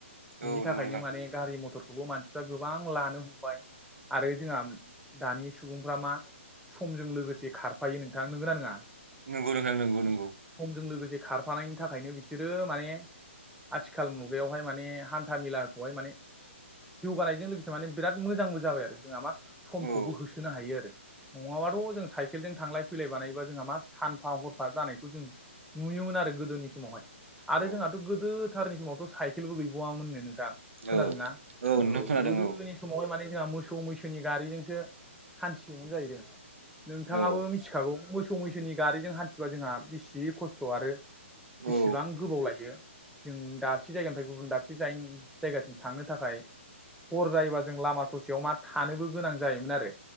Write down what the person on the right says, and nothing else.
औ नंगौ
नोंथां
नंगौ नोंथां नोंगौ नोंगौ
औ
औ।
औ
नोंथां खोनादों
औ
औ
औ